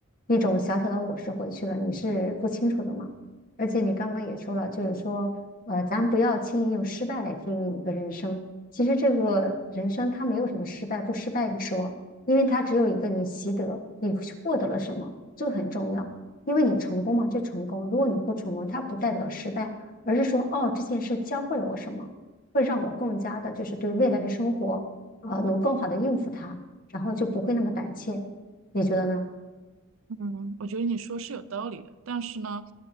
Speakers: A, on the left (about 45°); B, on the right (about 75°).
A: 一种小小的我是回去了，你是不清楚的嘛？而且你刚刚也说了，就是说，呃，咱不要轻易用失败来定义一个人生。其实这个人生它没有什么失败不失败一说，因为它只有一个你习得，你获得了什么，这个很重要。因为你成功嘛，就成功；如果你不成功，它不代表失败，而是说，哦，这件事教会了我什么。会让我更加的，就是对未来的生活，呃，能更好的应付它，然后就不会那么胆怯。你觉得呢？
B: 嗯，我觉得你说是有道理的，但是呢，